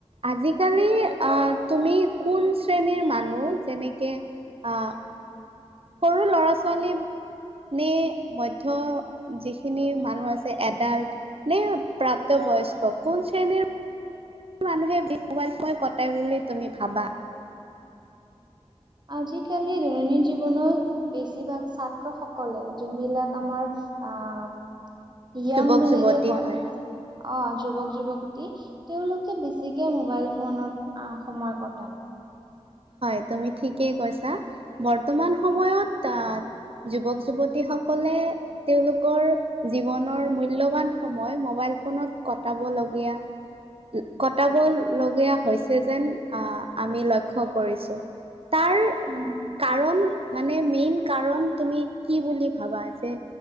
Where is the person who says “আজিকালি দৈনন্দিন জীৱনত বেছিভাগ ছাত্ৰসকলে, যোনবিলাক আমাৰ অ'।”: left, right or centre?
Right